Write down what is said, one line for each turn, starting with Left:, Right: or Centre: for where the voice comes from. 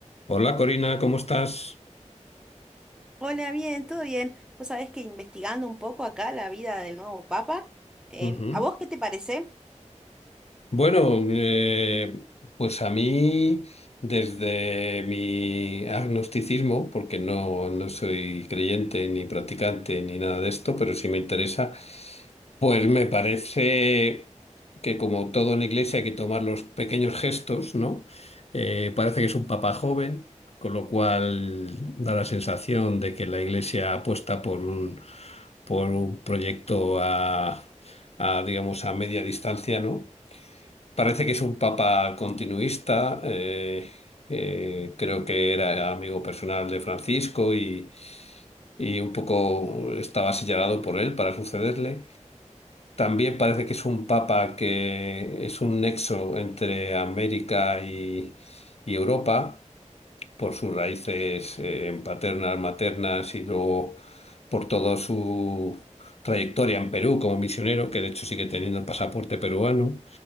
Left: Hola Corina, ¿cómo estás?
Centre: Hola, bien, todo bien. Vos sabés que investigando un poco acá la vida del nuevo Papa, em,
Left: Ujú.
Centre: ¿a vos qué te parece?
Left: Bueno, eh, pues a mí, desde mi agnosticismo, porque no, no soy creyente ni practicante ni nada de esto, pero sí me interesa, Pues me parece que como todo en la iglesia hay que tomar los pequeños gestos, ¿no? Eh, parece que es un papa joven, con lo cual da la sensación de que la iglesia apuesta por un, por un proyecto a, a, digamos, a media distancia, ¿no? Parece que es un papa continuista, eh, eh, creo que era amigo personal de Francisco y, y un poco estaba señalado por él para sucederle. También parece que es un papa que es un nexo entre América y, y Europa por sus raíces eh, paternas, maternas y luego por toda su trayectoria en Perú como misionero, que de hecho sigue teniendo el pasaporte peruano.